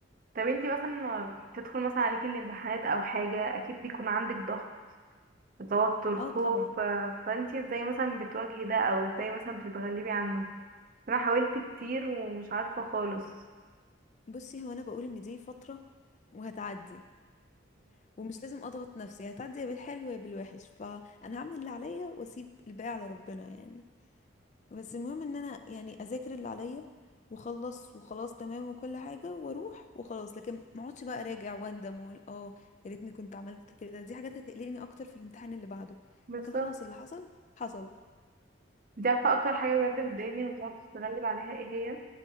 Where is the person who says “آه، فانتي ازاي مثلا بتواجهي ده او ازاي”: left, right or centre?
Right